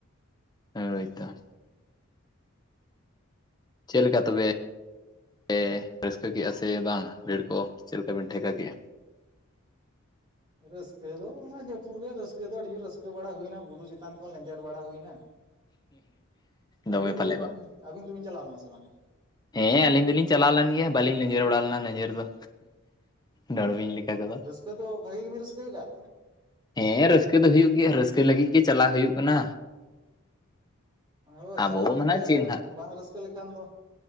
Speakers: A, on the left; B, on the right.
A: ᱦᱳᱭ ᱛᱚ ᱪᱮᱜ ᱞᱮᱠᱟ ᱛᱚᱵᱮ ᱮ ᱨᱟᱹᱥᱠᱟᱹ ᱠᱮᱜᱼᱟ ᱥᱮ ᱵᱟᱝ ᱵᱷᱤᱲ ᱠᱚ ᱪᱮᱜ ᱞᱮᱠᱟᱵᱤᱱ ᱴᱷᱮᱠᱟ ᱠᱮᱜᱼᱟ?
B: ᱨᱟᱹᱥᱠᱟᱹ ᱫᱚ ᱚᱱᱟ ᱡᱟᱹᱯᱩᱨ ᱜᱮ ᱨᱟᱹᱥᱠᱟᱹ ᱫᱚ ᱟᱹᱰᱤ ᱡᱩᱨ ᱨᱟᱹᱥᱠᱟᱹ ᱵᱟᱲᱟ ᱦᱩᱭᱱᱟ ᱵᱩᱨᱩ ᱪᱮᱛᱟᱱ ᱠᱷᱚᱱ ᱞᱮᱸᱡᱮᱨ ᱵᱟᱲᱟ ᱦᱩᱭᱱᱟ ᱛᱚ
A: ᱫᱚᱢᱮ
B: ᱟᱹᱵᱤᱱ ᱫᱚᱵᱤᱱ
A: ᱯᱟᱞᱮ ᱵᱟᱝ
B: ᱟᱹᱵᱤᱱ ᱫᱚᱵᱤᱱ ᱪᱟᱞᱟᱣ ᱞᱮᱱᱟ ᱥᱮ ᱵᱟᱝ?
A: ᱦᱮᱸ ᱟᱹᱞᱤᱧ ᱫᱚᱞᱤᱧ ᱪᱟᱞᱟᱣ ᱞᱮᱱ ᱜᱮᱭᱟ ᱵᱟᱹᱞᱤᱧ ᱞᱮᱡᱮᱨ ᱵᱟᱲᱟ ᱞᱮᱱᱟ ᱞᱮᱡᱮᱨ ᱫᱚ ᱰᱚᱲᱵᱤᱧ ᱞᱮᱠᱟ ᱠᱚᱫᱚ
B: ᱨᱟᱹᱥᱠᱟᱹ ᱫᱚ ᱵᱷᱟᱹᱜᱤ ᱜᱮᱵᱤᱱ ᱨᱟᱹᱥᱠᱟᱹ ᱠᱟᱜᱼᱟ ᱛᱚ
A: ᱦᱮᱸ ᱨᱟᱹᱥᱠᱟᱹ ᱫᱚ ᱦᱩᱭᱩᱜ ᱜᱮᱭᱟ ᱨᱟᱹᱥᱠᱟᱹ ᱞᱟᱹᱜᱤᱜ ᱜᱮ ᱪᱟᱞᱟ ᱦᱩᱭᱩᱜ ᱠᱟᱱᱟ᱾
B: ᱦᱳᱭ
A: ᱟᱵᱚ
B: ᱪᱟᱞᱟᱣ
A: ᱢᱟ
B: ᱠᱟᱛᱮᱜ
A: ᱱᱟᱜ ᱪᱮᱫ ᱱᱟᱜ
B: ᱵᱟᱝ ᱨᱟᱹᱥᱠᱟᱹ ᱞᱮᱠᱷᱟᱱ ᱫᱚ